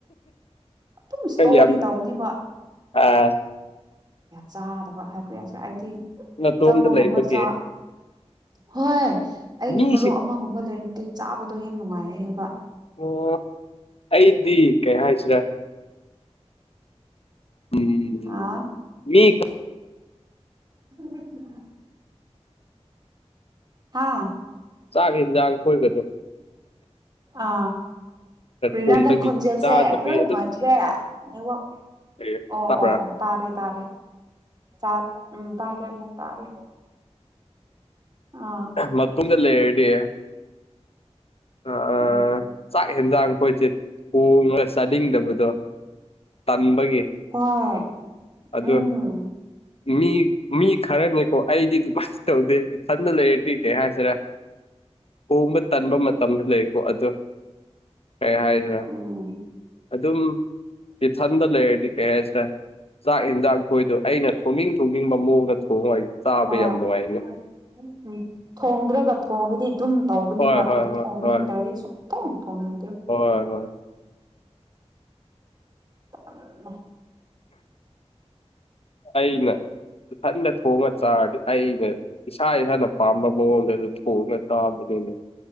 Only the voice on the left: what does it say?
ꯀꯌꯥꯝ
ꯑꯥ
ꯅꯇꯣꯝꯗ
ꯂꯩꯕꯒꯤ
ꯃꯤꯁꯤ
ꯑꯣ ꯑꯩꯗꯤ ꯀꯩ ꯍꯥꯏꯁꯤꯔ ꯎꯝ
ꯃꯤ
ꯆꯥꯛ ꯏꯟꯖꯥꯡ ꯀꯣꯏꯒꯗꯨ
ꯊꯣꯡꯗꯒꯤ
ꯆꯥꯗꯕꯤ
ꯑꯗꯨꯝ
ꯂꯩ
ꯇꯥꯕ꯭ꯔꯥ
ꯃꯇꯨꯡꯗ ꯂꯩꯔꯗꯤ ꯑ
ꯆꯥꯛ ꯌꯦꯟꯖꯥꯡ ꯑꯩꯈꯣꯏꯁꯦ ꯊꯣꯡꯉꯒ ꯆꯥꯅꯤꯡꯗꯕꯗꯣ ꯇꯟꯕꯒꯤ
ꯑꯗꯣ
ꯃꯤ ꯃꯤ ꯈꯔꯅꯤꯀꯣ ꯑꯩꯗꯤ ꯑꯗꯨꯃꯥꯏ ꯇꯧꯗꯦ ꯏꯊꯟꯗ ꯂꯩꯔꯗꯤ ꯀ ꯀꯩ ꯍꯥꯏꯁꯤꯔꯦ ꯍꯣꯡꯕ ꯇꯟꯕ ꯃꯇꯝꯁꯨ ꯂꯩꯀꯣ ꯑꯗꯨ ꯀꯩ ꯍꯥꯏꯈ꯭ꯔꯦ
ꯑꯗꯨꯝ ꯔꯤꯐꯟꯗꯣ ꯂꯩꯔꯗꯤ ꯀꯩ ꯍꯥꯏꯁꯤꯔ ꯆꯥꯛ ꯌꯦꯟꯖꯥꯡ ꯈꯣꯏꯗꯣ ꯑꯩꯅ ꯊꯣꯡꯅꯤꯡ ꯊꯣꯡꯅꯤꯡꯕ ꯃꯑꯣꯡꯗ ꯊꯣꯡꯉ ꯑꯩ ꯆꯥꯕ
ꯌꯥꯝ ꯅꯨꯡꯉꯥꯏꯅꯦ
ꯍꯣꯏ
ꯍꯣꯏ ꯍꯣꯏ
ꯍꯣꯏ
ꯍꯣꯏ ꯍꯣꯏ
ꯑꯩꯅ ꯏꯊꯟꯗ ꯊꯣꯡꯉ ꯆꯥꯔꯗꯤ ꯑꯩꯒ ꯏꯁꯥ ꯏꯁꯥꯅ ꯄꯥꯝꯕ ꯃꯑꯣꯡꯗ ꯑꯗꯨ ꯊꯣꯡꯉꯒ ꯆꯥꯕꯅꯤꯅ